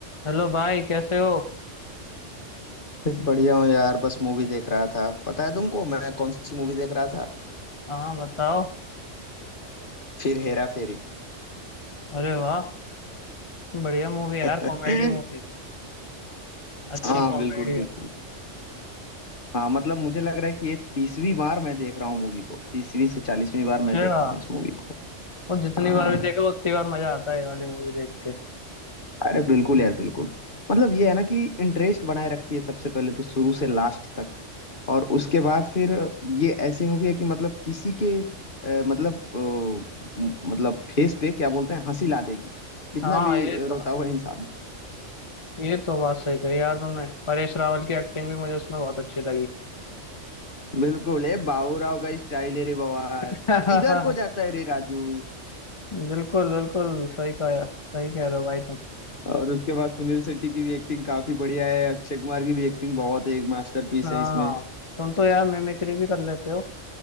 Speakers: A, on the left; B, on the left.
A: Hello भाई कैसे हो
B: फिर बढ़िया हूँ यार बस मूवी देख रहा था पता है तुमको मैं कौन सी मूवी देख रहा था
A: हाँ बताओ
B: फिर हेरा फेरी
A: अरे वाह बढ़िया मूवी है यार
B: <laughs>
A: कॉमेडी मूवी है अच्छी
B: हाँ
A: कॉमेडी
B: बिल्कुल बिल्कुल
A: है
B: हाँ मतलब मुझे लग रहा है कि ये तीसवीं बार मैं देख रहा हूँ मूवी को तीसवीं से चालीसवीं
A: अच्छा
B: बार मैं देख रहा हूँ इस मूवी को
A: वो जितनी
B: हाँ
A: बार भी देखो उतनी बार मजा आता है ये वाली मूवी देख के
B: अरे बिल्कुल यार बिल्कुल मतलब ये है ना कि इंटरेस्ट बनाए रखती है सबसे पहले तो शुरू से लास्ट तक और उसके बाद फिर ये ऐसी मूवी है कि मतलब किसी के अ, मतलब अ, म- मतलब फेस पे क्या बोलते हैं हंसी ला देगी कितना
A: हाँ
B: भी
A: ये तो
B: रोता हुआ इंसान
A: ये तो बात सही कही यार तुमने परेश रावल की एक्टिंग भी मुझे उसमें बहुत अच्छी लगी
B: बिल्कुल ए बाबूराव का स्टाइल है रे बवाल
A: <laughs>
B: किधर को जाता है रे राजू
A: बिल्कुल बिल्कुल सही कहा सही कह रहे हो भाई तुम
B: और उसके बाद सुनील शेट्टी की भी एक्टिंग काफी बढ़िया है अक्षय कुमार की भी एक्टिंग बहुत एक मास्टरपीस
A: हाँ
B: है इसमें
A: तुम तो यार मिमिक्री भी कर लेते हो